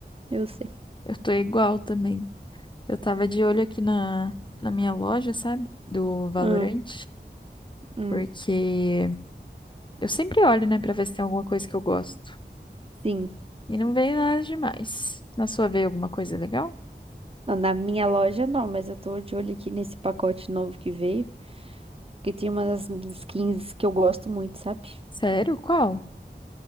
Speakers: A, on the right; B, on the left.
A: Eu sei.
B: Eu tô igual também. Eu tava de olho aqui na, na minha loja, sabe? Do Valorant,
A: Hum, hum,
B: porque eu sempre olho, né, pra ver se tem alguma coisa que eu gosto.
A: sim.
B: E não veio nada demais. Na sua veio alguma coisa legal?
A: Não, na minha loja não, mas eu tô de olho aqui nesse pacote novo que veio, que tem umas skins que eu gosto muito, sabe?
B: Sério? Qual?